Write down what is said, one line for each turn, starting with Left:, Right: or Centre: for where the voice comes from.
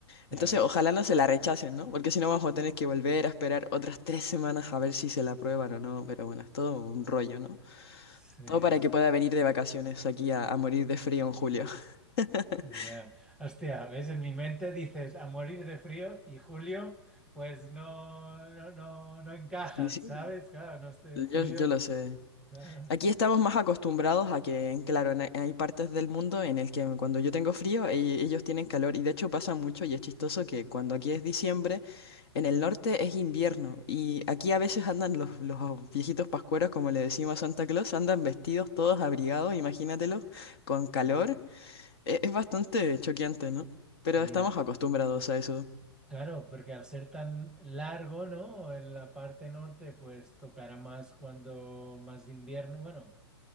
Left: Entonces,
Centre: ya ves.
Left: ojalá no se la rechacen, ¿no? Porque si no, vamos a tener que volver a esperar otras tres semanas a ver si se la aprueban o no. Pero bueno, es todo un rollo, ¿no?
Centre: Sí,
Left: Todo para que pueda venir de vacaciones aquí a, a morir de frío en julio. <laughs>
Centre: Ya, Hostia, ves, en mi mente dices a morir de frío y Julio, pues no, no, no, no encajan,
Left: Sí, sí.
Centre: ¿sabes? Claro, no estoy en
Left: Yo,
Centre: Julio.
Left: yo lo sé.
Centre: Claro,
Left: Aquí estamos más acostumbrados a que, claro, en- hay partes del mundo en el que cuando yo tengo frío, e- ellos tienen calor. Y de hecho pasa mucho y es chistoso que cuando aquí es diciembre, en el norte es invierno. Y aquí a veces andan los, los viejitos pascueros, como le decimos a Santa Claus, andan vestidos todos abrigados, imagínatelo, con calor.
Centre: ah,
Left: E- es bastante choqueante, ¿no? Pero
Centre: ya,
Left: estamos acostumbrados a eso.
Centre: Claro, porque al ser tan largo, ¿no? En la parte norte, pues tocará más cuando más invierno, bueno,